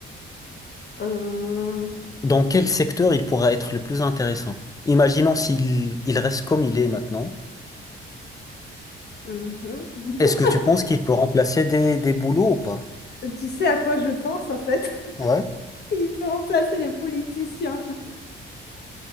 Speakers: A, on the left; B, on the left.
A: Euh,
B: Dans quel secteur il pourra être le plus intéressant? Imaginons s'il il reste comme il est maintenant.
A: mhm. <laughs>
B: Est-ce que tu penses qu'il peut remplacer des, des boulots ou pas?
A: Tu sais à quoi je pense, en fait? <laughs>
B: Ouais.
A: Il peut remplacer les politiciens.